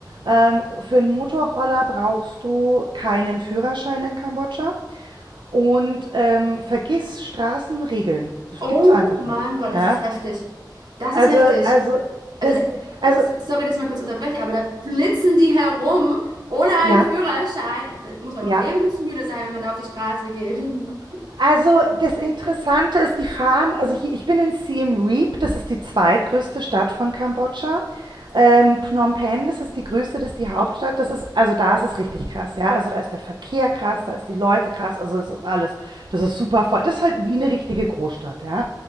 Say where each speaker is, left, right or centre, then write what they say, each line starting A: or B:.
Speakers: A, on the right (about 85°); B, on the right (about 70°).
A: Ähm, für einen Motorroller brauchst du keinen Führerschein in Kambodscha. Und ähm, vergiss Straßenregeln. Das
B: Oh
A: gibt's einfach
B: mein
A: nicht.
B: Gott, das
A: Ja?
B: ist heftig. Das
A: Also,
B: ist heftig.
A: also,
B: Also,
A: das,
B: da,
A: also,
B: äh, sorry, dass ich mal kurz unterbreche, aber da flitzen die herum ohne
A: ja,
B: einen Führerschein. Äh, Muss man
A: ja.
B: noch lebensmüde sein, wenn man da auf die Straße geht. <laughs>
A: Also, das Interessante ist, die fahren, also hier, ich bin in Siem Reap, das ist die zweitgrößte Stadt von Kambodscha. Ähm, Phnom Penh, das ist die größte, das ist die Hauptstadt. Das ist, also da ist es richtig krass, ja. Also da ist der Verkehr krass, da ist die Leute krass, also es ist alles. Das ist super voll. Das ist halt wie eine richtige Großstadt, ja.